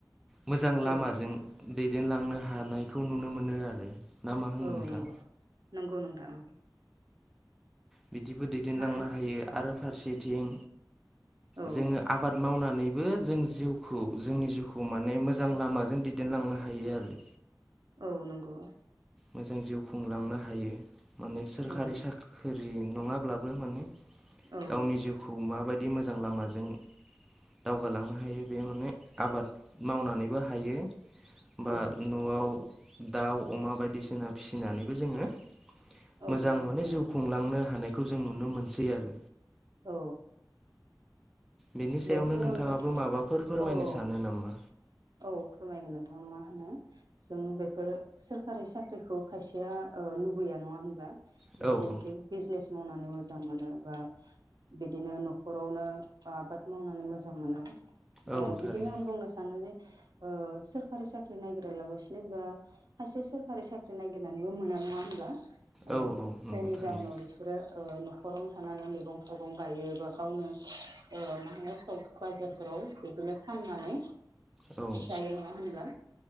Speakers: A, in the centre; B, on the right.
A: मोजां
B: औ
A: लामाजों दैदेनलांनो हानायखौ नुनो मोनो आरो ना मा होनो
B: औ
A: नोंथां
B: नंगौ नंगौ नोंथां ओ
A: बिदिबो दैदेनलांनो
B: मा
A: हायो आरो फारसेथिं
B: औ
A: जोङो आबाद मावनानैबो जों जिउखौ जोंनि जिउखौ माने मोजां लामाजों दैदेनलांनो हायो आरो
B: औ नंगौ
A: मोजां जिउ खुंलांनो हायो माने सोरखारि
B: औ
A: साख ख्रि नङाब्लाबो माने
B: औ
A: गावनि जिउखौ माबायदि मोजां लामाजों दावगालांनो हायो बे माने आबाद मावनानैबो हायो बा
B: औ
A: न'आव दाउ अमा बायदिसिना फिसिनानैबो जोङो
B: औ
A: मोजां
B: नंगौ
A: माने
B: नोंथां
A: जिउ खुंलांनो हानाय खौ जों नुनो मोनसै आरो
B: औ
A: बेनि सायावनो
B: बेफोरनि
A: नोंथाङाबो
B: अनगा
A: माबाफोर फोरमायनो
B: औ औ
A: सानो नामा
B: औ फोरमायगोन नोंथां आ मा होनो जों बेफोर सोरखारि साख्रिखौ खायसेया ओ लुबैया नङा होनब्ला
A: औ औ
B: जोंनिखि बिजनेस मावनानै मोजां मोनो बा बेदिनो न'खरावनो बा आबाद मावनानै मोजां मोनो
A: औ
B: ओ बिदिनो
A: थारैनो
B: आं बुंनो सानो जे ओ सोरखारि साख्रि नायगिरालाबासिनो बा खायसे सोरखारि साख्रि नागिरनानैबो मोना नङा होनब्ला ओ
A: औ औ नंगौ
B: जायनि
A: थारैनो
B: जाउनाव रो ओ न'खरावनो थानानै मैगं थाइगं गायो बा गावनो ओ मा होनो सं बाजारफोराव बिदिनो फाननानै
A: औ
B: जायो नङा होनबा